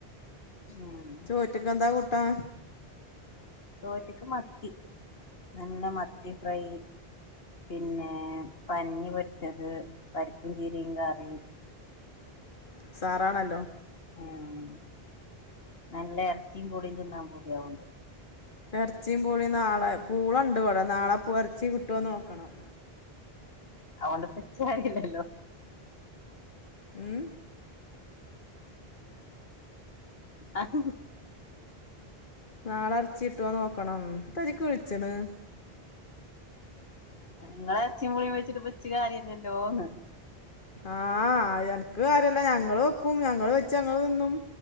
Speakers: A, on the left; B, on the left.
A: ഉം
B: ചോറ്റ കധാ കുുട്ടാ
A: ചോറ്റക്ക് മത്തി നല്ല മത്തി ഫ്രൈ പിന്നെ പന്നി പൊടിച്ചത് പപ്പും ചീരയും കറി
B: ഉ സാറാണല്ലോ
A: ഉം നല്ല ഇറച്ചിയും കൂടിയും തിന്നാൻ പൂതിയാവൊണ്ട്
B: ഇറച്ചിയും പൂളി നാളെ പൂളുണ്ട് അവിട നാളെ ഇറച്ചി കിട്ടുവ നോക്കണം
A: അൊണ്ട് പച്ചറില്ലല്ലോ
B: ഉം
A: ആഹ
B: നാളെറച്ചി ഇട്ട നോക്കണം തച്ചിക്ക് കുഴിച്ചണ്
A: നിങ്ങ ഇറച്ചിയുംപുളിയും വെച്ചിട്ട് ഇച്ച് കാര്യന്നല്ലോന്ന്
B: ആഹ എനക്ക് കാര്യല്ല ഞങ്ങള് വെക്കും ഞങ്ങള് വെച്ച് ഞങ്ങള് തിന്നും